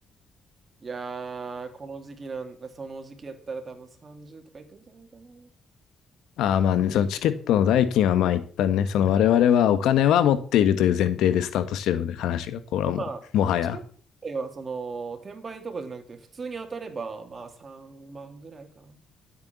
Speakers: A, on the right; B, on the left.
A: いやー、この時期なん、その時期やったら多分30とかいくんじゃないかな。
B: ああ、まあね、そのチケットの代金はまあ一旦ね、その我々はお金は持っているという前提でスタートしてるので、話が、これはもう、
A: まあ、
B: もはや。
A: チケットはその、転売とかじゃなくて、普通に当たれば、まあ3万ぐらいかな。